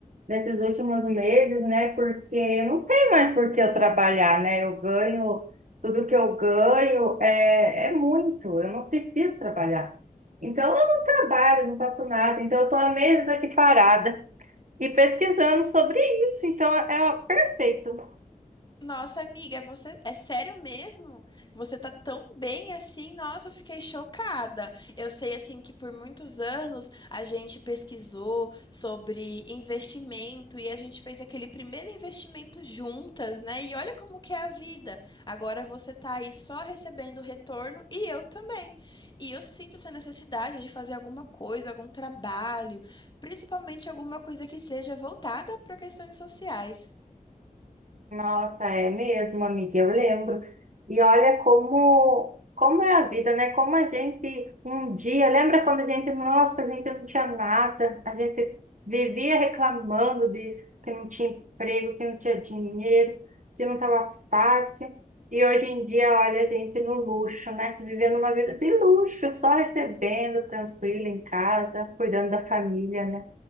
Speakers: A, on the right; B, on the left.
A: nesses últimos meses, né? Porque não tem mais por que eu trabalhar, né? Eu ganho, tudo que eu ganho é, é muito, eu não preciso trabalhar. Então eu não trabalho, não faço nada, então eu tô há meses aqui parada e pesquisando sobre isso, então é, é perfeito.
B: Nossa, amiga, é você é sério mesmo que você tá tão bem assim? Nossa, eu fiquei chocada. Eu sei assim que por muitos anos a gente pesquisou sobre investimento e a gente fez aquele primeiro investimento juntas, né? E olha como que é a vida. Agora você tá aí só recebendo retorno e eu também. E eu sinto essa necessidade de fazer alguma coisa, algum trabalho, principalmente alguma coisa que seja voltada para questões sociais.
A: Nossa, é mesmo, amiga, eu lembro. E olha como, como é a vida, né? Como a gente um dia, lembra quando a gente, nossa, a gente não tinha nada, a gente vivia reclamando de que não tinha emprego, que não tinha dinheiro, que não estava fácil. E hoje em dia, olha, a gente no luxo, né? Vivendo uma vida de luxo, só recebendo, tranquilo em casa, cuidando da família, né?